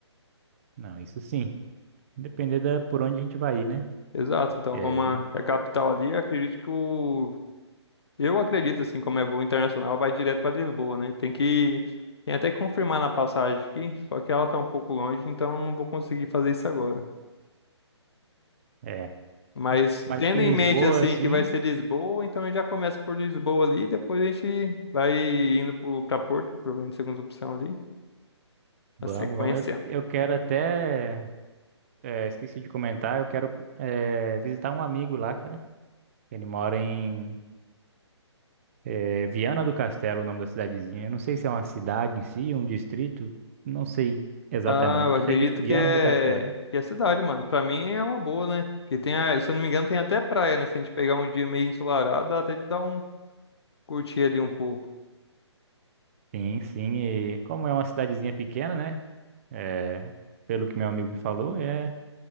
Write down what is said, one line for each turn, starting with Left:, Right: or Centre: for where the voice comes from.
Right: Não, isso sim. Depender da, por onde a gente vai ir, né?
Left: Exato, então
Right: É,
Left: como a- é a capital ali, eu acredito que o Eu acredito, assim, como é voo internacional, vai direto para Lisboa, né? Tem que. Tem até que confirmar na passagem aqui, só que ela tá um pouco longe, então não vou conseguir fazer isso agora.
Right: é.
Left: Mas
Right: Mas
Left: tendo
Right: em
Left: em
Right: Lisboa,
Left: mente, assim,
Right: assim,
Left: que vai ser Lisboa, então a gente já começa por Lisboa ali, depois a gente vai indo pro, pra Porto, provavelmente segunda opção ali,
Right: vamos,
Left: a sequência.
Right: vamos. Eu, eu quero até. É, esqueci de comentar, eu quero é, visitar um amigo lá, cara. Ele mora em é, Viana do Castelo, o nome da cidadezinha. Eu não sei se é uma cidade em si, um distrito, não sei exatamente.
Left: Ah, eu acredito
Right: Sei que é Viana
Left: que é,
Right: do Castelo.
Left: que é cidade, mano. Pra mim é uma boa, né? Que tem a, se eu não me engano, tem até praia, né? Se a gente pegar um dia meio ensolarado, dá até de dar um curtir ali um pouco.
Right: Sim, sim, e como é uma cidadezinha pequena, né? É, pelo que meu amigo me falou, é,